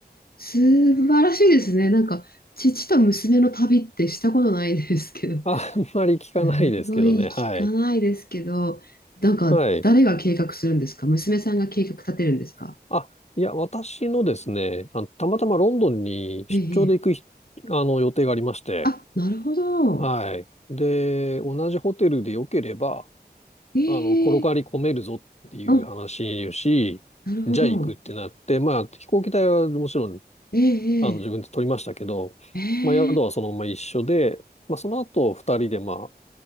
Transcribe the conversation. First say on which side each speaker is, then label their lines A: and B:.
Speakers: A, on the left (about 60°); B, on the left (about 40°).
A: 素晴らしいですね。なんか父と娘の旅ってしたことないですけど。
B: あんまり聞かないですけどね、
A: すごい聞かないですけど、
B: はい。
A: なんか誰が計画するんですか娘さんが計画立てるんですか
B: はい。あ、いや、私のですね、あの、たまたまロンドンに出張で行くひ、
A: ええ。ええ
B: あの、予定がありまして、
A: あ、なるほど。
B: はい。で、同じホテルで良ければ、
A: ええ。
B: あの、転がり込めるぞっていう話をし、
A: あ、なるほど。
B: じゃあ行くってなって、まあ、飛行機代はもちろん
A: え
B: あの、
A: え。
B: 自分で取りましたけど、
A: ええ。
B: まあ、宿はそのまま一緒で、
A: ええ
B: まあ、その後、二人で、ま